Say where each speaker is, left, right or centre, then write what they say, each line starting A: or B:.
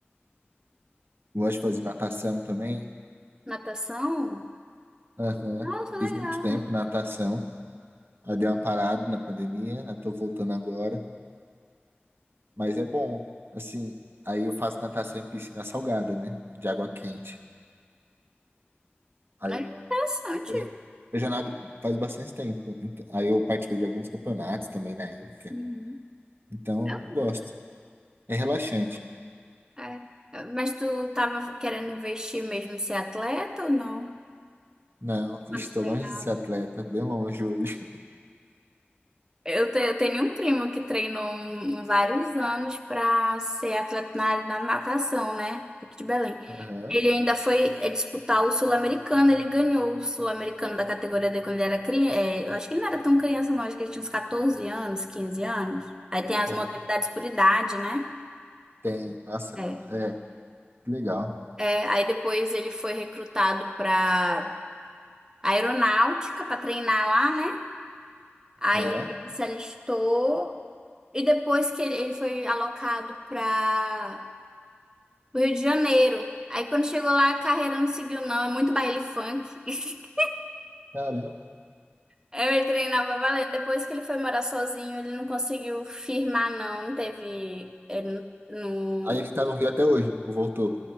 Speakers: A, on the right (about 65°); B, on the right (about 15°).
A: gosto de fazer natação também.
B: Natação?
A: Aham.
B: Nossa, legal.
A: Fiz muito tempo natação. Aí dei uma parada na pandemia, eu tô voltando agora. Mas é bom. Assim, aí eu faço natação em piscina salgada, né? De água quente. Aí
B: É interessante.
A: eu, eu já eu já nado faz bastante tempo. Ent- Aí eu participei de alguns campeonatos também na época.
B: Uhum.
A: Então
B: É,
A: eu gosto. É relaxante.
B: é, é. Mas tu tava querendo investir mesmo em ser atleta ou não?
A: Não, estou
B: Quando tu treinava?
A: longe de ser atleta, bem longe hoje.
B: Eu, te- eu tenho um primo que treinou um- um vários anos para ser atleta na, área da natação, né? Aqui de Belém.
A: Aham,
B: Ele ainda foi é, disputar o Sul-Americano, ele ganhou o Sul-Americano da categoria D quando ele era criança. eu acho que ele não era tão criança, não, acho que ele tinha uns 14 anos, 15 anos. Aí tem as
A: aham.
B: modalidades por idade, né?
A: Tem, nossa,
B: É.
A: é, que legal.
B: É, aí depois ele foi recrutado para aeronáutica para treinar lá, né? Aí
A: É,
B: ele se alistou E depois que ele ele foi alocado para o Rio de Janeiro. Aí quando chegou lá, a carreira não seguiu, não. É muito baile funk. <laughs>
A: caramba.
B: Aí Ele treinava valendo. Depois que ele foi morar sozinho, ele não conseguiu firmar, não. Não teve. Ele não.
A: Aí ele tá no Rio até hoje, ou voltou.